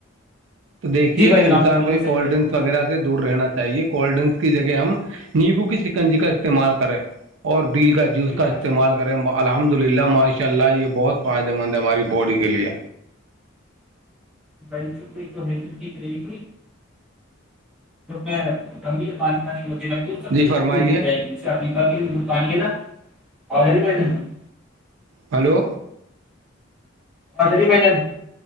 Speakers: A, on the right; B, in the centre.
A: تو دیکھیے
B: جی بھائی جان
A: انسان
B: آپ نے بالکل
A: کو یہ
B: صحیح
A: کولڈ
B: فرمایا
A: ڈرنک وغیرہ سے دور رہنا چاہیے کولڈ ڈرنکس کی جگہ ہم نیمبو کی سکنجی کا استعمال کریں اور بیل کا جو اس
B: ٹھیک
A: کا
B: ہے آپ
A: استعمال
B: نے،
A: کریں الحمد للہ ماشاء اللہ یہ بہت فائدہ مند ہے ہماری باڈی کے لیے
B: <inaudible> تو ہیلھ ٹھیک رہے گی تو میں کب پانی پانی ہوتیی س
A: جی فرمائیے
B: مل جائے گی اسے اپنی طے نا <inaudible>
A: ہلو
B: جی بھای جان